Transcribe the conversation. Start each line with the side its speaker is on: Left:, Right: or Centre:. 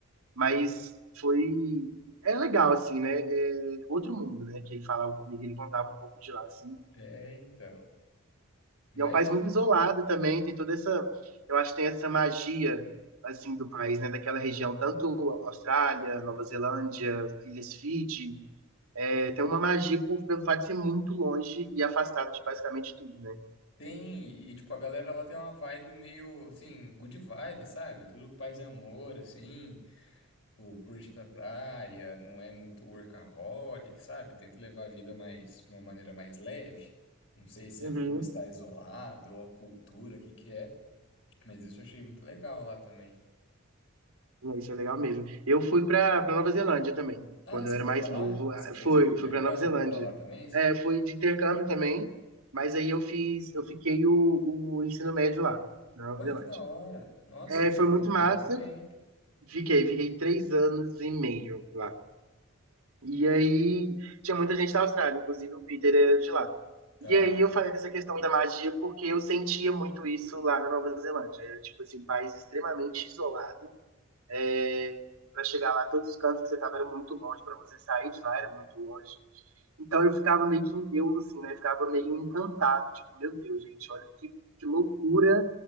Right: mas foi. É legal, assim, né? É outro mundo, né? Que ele falava comigo, ele contava um pouco de lá, assim.
Left: É, então. Mas
Right: E é um país muito isolado também, tem toda essa, eu acho que tem essa magia assim do país, né, daquela região, tanto Austrália, Nova Zelândia, Ilhas Fiji, é, tem uma magia por, pelo fato de ser muito longe e afastado de basicamente tudo, né?
Left: tem, e tipo, a galera lá tem uma vibe meio assim, good vibe, sabe? Tudo paz e amor, assim. Tipo, curte ir pra praia, não é muito workaholic, sabe? Tenta levar a vida mais, de uma maneira mais leve. Não sei se
Right: Uhum.
Left: é por estar isolado ou a cultura, o que que é, mas isso eu achei muito legal lá também.
Right: Não, Isso é legal mesmo. Eu fui para para Nova Zelândia também,
Left: Ah,
Right: quando
Left: você
Right: eu era
Left: foi
Right: mais
Left: pra lá?
Right: novo. ah,
Left: Você fez
Right: Fui,
Left: tipo um intercâmbio
Right: fui para Nova Zelândia.
Left: pra lá também, sim?
Right: É, fui de intercâmbio também, mas aí eu fiz, eu fiquei o, o ensino médio lá, na Nova
Left: Olha
Right: Zelândia.
Left: que da hora. Nossa,
Right: É,
Left: você
Right: foi
Left: ficou
Right: muito massa,
Left: um bom tempo.
Right: Fiquei, fiquei três anos e meio lá. E aí tinha muita gente da Austrália, inclusive o Peter era de lá.
Left: Tá,
Right: E aí eu falei dessa questão da magia porque eu sentia muito isso lá na Nova Zelândia. Era, tipo assim, um país extremamente isolado é, para chegar lá, todos os cantos que você estava eram muito longe, para você sair de lá era muito longe. Então eu ficava meio que em Deus, assim, né? Ficava meio encantado, tipo, meu Deus, gente, olha que, que loucura